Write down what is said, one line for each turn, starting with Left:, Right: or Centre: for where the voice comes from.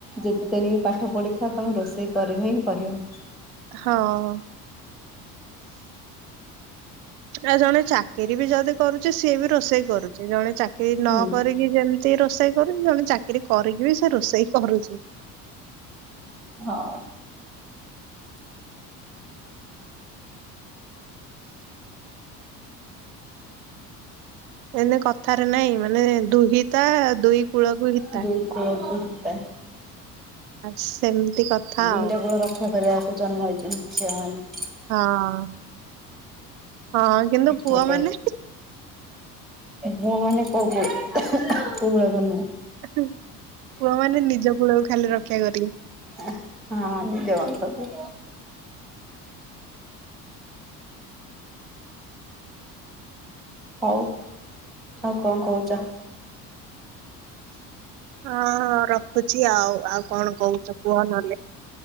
Centre: ଯେତେ ତେଣିକି ପାଠ ପଢିଥା ତମେ ରୋଷେଇ କରିବ ହିଁ କରିବ।
Right: ହଁ। ଆଉ ଜଣେ ଚାକିରୀ ବି ଯଦି କରୁଚି ସିଏ ବି ରୋଷେଇ କରୁଛି ଜଣେ ଚାକିରି
Centre: ହୁଁ।
Right: ନକ ରି ଯେମିତି ରୋଷେଇ କରୁଛି ଜଣେ ଚାକିରି କରିକି ବି ସେ ରୋଷେଇ କରୁଛି।
Centre: ହଁ।
Right: ଏନ୍ତି କଥାରେ ନାଇଁ ମାନେ ଦୁହିତା ଦୁଇ କୂଳକୁ ହିତା।
Centre: ଦୁଇ କୂଳକୁ ହିତା
Right: ସେମତି କଥା।
Centre: ଦିଟା
Right: ଆଉ
Centre: କୂଳ ରକ୍ଷା କରିବାକୁ ଜନ୍ମ ହେଇଛନ୍ତି ଝିଅ ମାନେ।
Right: ହଁ। ହଁ କିନ୍ତୁ ପୁଅ
Centre: ଗୋଟେ
Right: ମାନେ
Centre: ମୁଁ ମାନେ କଉ କୁ କୂଳକୁ ନୁ।
Right: ପୁଅ ମାନେ ନିଜ କୂଳକୁ ଖାଲି ରକ୍ଷା କରିବେ।
Centre: ହଁ ନିଜ ବଂଶକୁ। ହଉ ଆଉ କଣ କହୁଚ?
Right: ହଁ ହଁ ରଖୁଛି ଆଉ ଆଉ କଣ କହୁଛ କୁହ ନହଲେ।